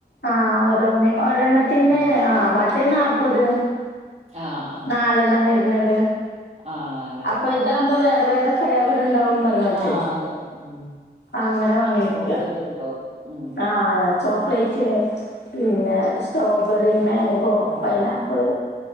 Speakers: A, on the left; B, on the right.
A: ആ ഓരോന്ന് ഒരെണ്ണത്തിന്റെ
B: ഉം
A: ആ മറ്റേ നാപ്പത്
B: ആഹ് ആഹ്
A: നാലെണ്ണം വരുന്നത്
B: ആഹ് നാലെണ്ണം
A: അപ്പൊ
B: വരുന്നെ.
A: ഇതാകുമ്പോ വേറെ വേറെ ഫേവർണ്ട് ണ്ടാവും പറഞ്ഞോട്ടെ
B: ആഹ് അതെ ഉം
A: അങ്ങനെ വാങ്ങിക്ക
B: ചോക്ലേറ്റ് ഒക്കെ ഉണ്ടാവും. ഉം
A: ആഹ് ചോക്ലേറ്റ് പിന്നെ സ്ട്രോബെറീ മാ മാങ്കോ
B: ആഹ്
A: പൈനാപ്പിള്
B: അതെ